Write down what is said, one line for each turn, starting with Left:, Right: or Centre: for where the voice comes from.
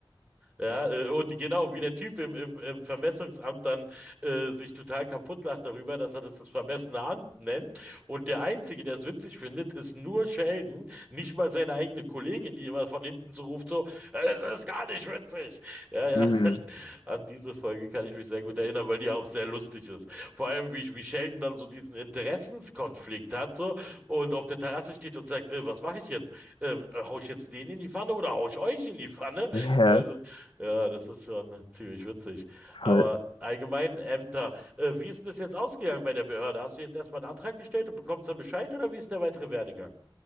Right: Ja, äh, und genau, wie der Typ im, im, im Vermessungsamt dann äh, sich total kaputt lacht darüber, dass er das das vermessene Amt nennt. Und der Einzige, der es witzig findet, ist nur Sheldon, nicht mal seine eigene Kollegin, die immer von hinten so ruft, so, "Ja, das ist gar nicht witzig. Ja, ja,
Left: Mhm.
Right: <laughs> an diese Folge kann ich mich sehr gut erinnern, weil die auch sehr lustig ist. Vor allem, wie, wie Sheldon dann so diesen Interessenskonflikt hat, so, und auf der Terrasse steht und sagt, äh, was mache ich jetzt? Ähm, äh, hau ich jetzt den in die Pfanne oder hau ich euch in die Pfanne?
Left: Ja,
Right: Also, ja, das ist schon ziemlich witzig. Aber
Left: voll.
Right: allgemein Ämter, äh, wie ist denn das jetzt ausgegangen bei der Behörde? Hast du jetzt erstmal einen Antrag gestellt und bekommst dann Bescheid oder wie ist der weitere Werdegang?